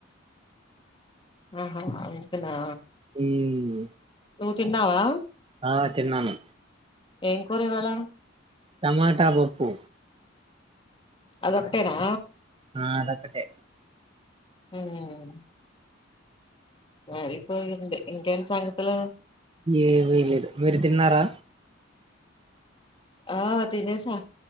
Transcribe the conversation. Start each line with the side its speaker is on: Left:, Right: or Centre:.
Left: ఆహా అంట నా
Right: హ్మ్
Left: తిన్నావా
Right: ఆ తిన్నాను
Left: ఏం కూర ఇవాళ్ళ
Right: టమాటా పప్పు
Left: అదొక్కటేనా
Right: ఆ అదొక్కటే
Left: హ్మ్ వెల్పోయింది ఇంకేటి సంగతులు
Right: ఏంవి లేదు మీరు తిన్నారా
Left: ఆ తినేసాం